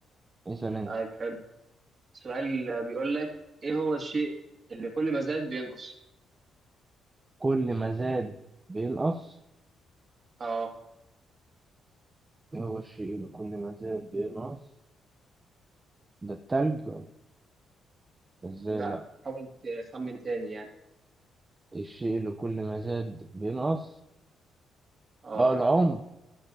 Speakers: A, on the right (about 25°); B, on the right (about 45°).
A: اسال انت
B: طيب حلو سؤال بيقول لك ايه هو الشيء اللي كل ما زاد بينقص
A: كل ما زاد بينقص
B: اه
A: ايه هو الشيء اللي كل ما زاد بينقص ده التلج ولا ازاي
B: لا
A: لا
B: حاول تخمن تاني يعني
A: الشيء اللي كل ما زاد بينقص
B: اه
A: اه العمر